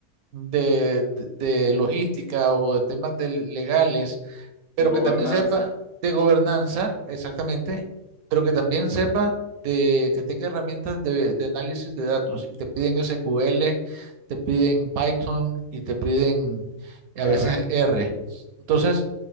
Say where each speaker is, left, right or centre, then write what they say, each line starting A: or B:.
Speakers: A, on the right (about 70°); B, on the left (about 70°).
A: de, de- de logística o de temas de legales pero
B: De gobernanza.
A: que también sepa de gobernanza, exactamente, pero que también sepa de que tenga herramientas de, de análisis de datos. Y te piden SQL, te piden Python y te piden a
B: R.
A: veces R. Entonces,